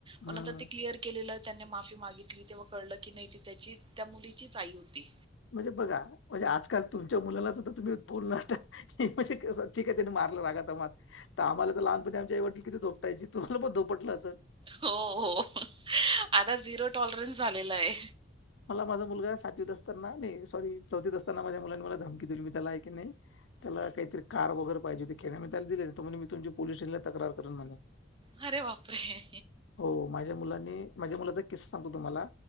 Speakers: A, on the right; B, on the left.
A: म्हण
B: हम्म.
A: आ ते क्लिअर केलेलं त्यांनी माफी मागितली तेव्हा कळलं की नाही त्याची त्या मुली चीच आई होती.
B: म्हणजे बघा म्हणजे आजकाल तुमच्या मुला सुद्धा तुम्ही बोलण म्हणजे ठीक आहे. त्याने मारलं रागात आम्हाला लहानपणी आमच्या आई वडलानी किती धोपटायची. तुमाला धोपटलं असल?
A: हो हो. आता झिरो टॉलरन्स झालेला आहे.
B: मला माझा मुलगा आहे सातवीत असताना नाही सॉरी चौथत असताना माझ्या मुलांनी मला धमकी दिली. मी त्याला आहे की नाही त्याला काहीतरी कार वगैरे पाहिजे ते खेण्या मी त्याला दिले म्ह मी तुमची पोस स्टेशनला तकार करन म्हणे
A: हरे बापरे!
B: हो माझ्या मुलानी माझ्या मुलाचा किस्सा सांगतो तुम्हाला